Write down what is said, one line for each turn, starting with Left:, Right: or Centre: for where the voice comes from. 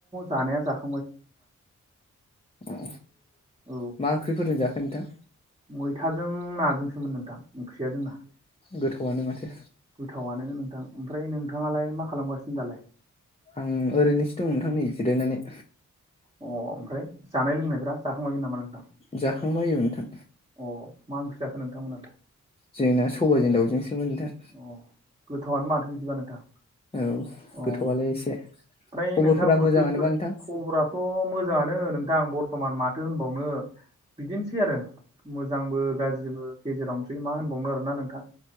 Right: जानाया जाखां
Left: अ
Right: औ
Left: मा ओंख्रिफोरजों जाखो नोंथां
Right: मैथाजों नाजोंसोमोन नोंथां ओंख्रिया जोंना
Left: गोथावानो माथो
Right: गोथावानो नोंथां ओमफ्राय नोंथाङालाय मा खालामगासिनो दालाय
Left: आं ओरैनोसो दं नोंथां नै जिरायनानै
Right: अ ओमफ्राय जानाय लोंनायफ्रा जाखांबायमोन नामा नोंथां
Left: जाखांबाय ओं नोंथां
Right: अ मा ओंख्रै जाखो नोंथांमोनहालाय
Left: जोंना सबायजों दाउजोंसोमोन नोंथां
Right: अ गोथावनो माथो बिदिबा नोंथां
Left: औ
Right: अ
Left: गोथौआलाय एसे
Right: ओमफ्राय
Left: खबरफोरा
Right: नोंथां बोथोरफोर
Left: मोजाङानोबा नोंथां
Right: खबराथ' मोजाङानो नोंथां बर्थमान माथो होनबावनो बिदिनोसै आरो मोजांबो गाज्रिबो गेजेरावनोसै मा होनबावनो आरोना नोंथां